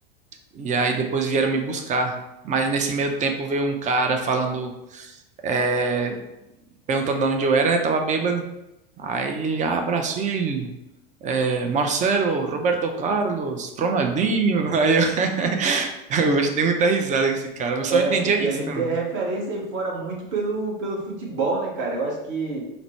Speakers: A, on the right; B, on the right.
A: E aí depois vieram me buscar. Mas nesse meio tempo veio um cara falando, é, perguntando de onde eu era, né? Tava bêbado. Aí ele, ah, Brasil, eh, Marcelo, Roberto Carlos, Ronaldinho. <laughs> Aí eu, <laughs> eu acho que dei muita risada com esse cara, mas só
B: É,
A: entendia
B: porque
A: isso
B: a gente
A: também.
B: é referência aí fora muito pelo, pelo futebol, né, cara? Eu acho que